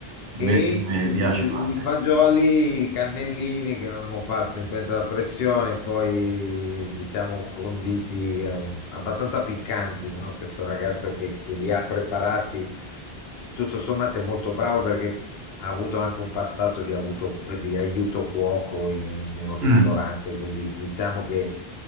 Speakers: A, on the left; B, on the right.
A: e
B: A me me
A: i,
B: piace
A: i-
B: farle.
A: i fagioli cannellini che avevamo fatto in pentola a pressione, poi diciamo conditi eh, abbastanza piccanti, no? Questo ragazzo che, che li ha preparati, tutto sommato è molto bravo perché ha avuto anche un passato di, avuto- di aiuto cuoco in un, in un ristorante,
B: Mm.
A: quindi diciamo che